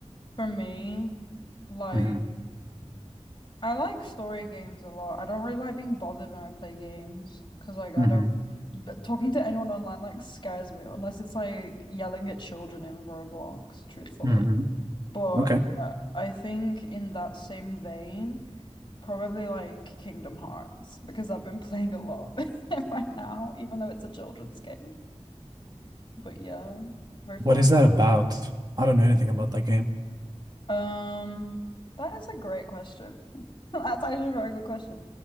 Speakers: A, on the left (about 45°); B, on the right (about 35°).
A: For me, like
B: hmm
A: I like story games a lot. I don't really like being bothered when I play games because, like, I
B: hmm
A: don't. But talking to anyone online like scares me unless it's like yelling at children in Roblox, truthfully.
B: hmm
A: But
B: Okay.
A: yeah, I think in that same vein, probably like Kingdom Hearts because I've been <laughs> playing a lot of it <laughs> right now, even though it's a children's game. But yeah, very fun.
B: What is that about? I don't know anything about that game.
A: Um, that is a great question. <laughs> That's actually a very good question.